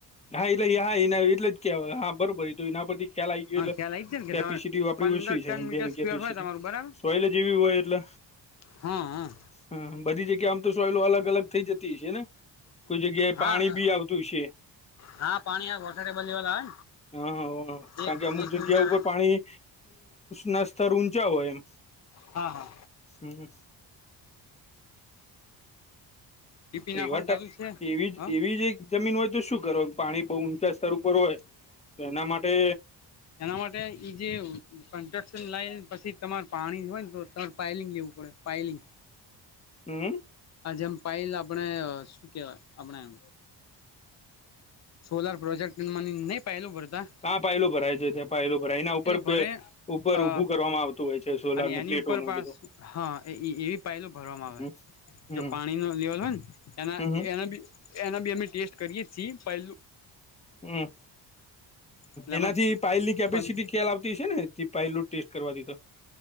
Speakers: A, on the left; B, on the left.
A: હા એટલે હાના એટલે જ કેવાય હા બરોબર એ એના પર થી ખ્યાલ આવી ગયો
B: હા
A: એટલે
B: ખ્યાલ આવી જ છે ને
A: કેપિસિટી
B: કે તમારે
A: આપડી
B: પંદર
A: ઓછી
B: ટન
A: છે એમબની
B: મીટર સ્ક્વેર
A: કેપેસિટી
B: હોય તમારું બરાબર
A: સોયલ જેવી હોય એટલે
B: હા
A: હા બધી જગ્યા આમ તો સોયલો અલગ અલગ થઇ જતી છે ને કોઈ જગ્યાએ
B: હા
A: પાણી બી આવતું છે
B: હા પાણી આ વોટર ટેબલ લેવલ આવે
A: હા હા
B: ને
A: કારણ
B: એક
A: કે અમુક
B: એક
A: જગ્યા
B: મીટર
A: ઉપર પાણી ના સ્તર ઊંચા હોય એમ
B: હા હા
A: હમ
B: ડીપી
A: એ
B: નાખવાનું
A: વા
B: ચાલુ છે
A: એવી જ
B: હા
A: એવી જ એક જમીન હોય તો શું કરવા પાણી બહુ ઊંચા સ્તર ઉપર હોય તો એના માટે
B: એના માટે ઈ જે કન્સ્ટ્રક્શન લાઈન પછી તમારે પાણી હોય ને તો તમારે પાાયલિંગ લેવું પડે પાયલીિ
A: હમ
B: આ જેમ પલ આપણે શું કેહેવાય આપણે એમ સોલાર પ્રોજેક્ટ મને નહી પહેલું ભડતા
A: હા પાયલો ભરાય છે ત્યાં પાયલો ભરાય એના ઉપર
B: ભરે
A: ઉપર
B: અ
A: ઉઊભું કરવામાં આવતું હોય છે સોલાર
B: અને
A: ને
B: એની
A: પ્લેટોન
B: ઉપર પાસ
A: બધું
B: હા એ એવી પલો ભરવામાં આવે
A: હમ હમ
B: જો પાણી ન લેવાલ હોય ને એના
A: હમ
B: એના ભી અમે ટેસ્ટ કરીએી પહેલ
A: હમ
B: એટલે આમાં
A: એનાથી પાઇલ ની કેપેસિટી
B: પણ
A: ખ્યાલ આવતી છે ને પહેલું ટેસ્ટ કરવા દીધ.